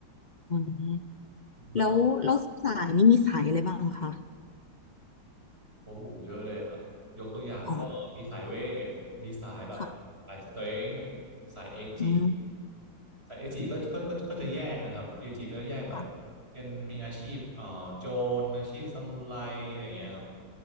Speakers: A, on the left; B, on the right.
A: อืม
B: แล้วก็
A: แล้วแล้วสายนี่มีสายอะไรบ้างคะ
B: โอ้โหเยอะเลยครับยกตัวอย่างก็มีสายเวทมีสายแบบสายสเตรนท์
A: อ๋อค่ะ
B: สายเอจิ
A: อืม
B: สายเอจิก็ก็ก็ก็จะแยกนะครับเอจิก็จะแยกแบบเป็นมีอาชีพเอ่อโจรอาชีพซามูไรอะไรอย่างเงี้ยครับ
A: ค่ะ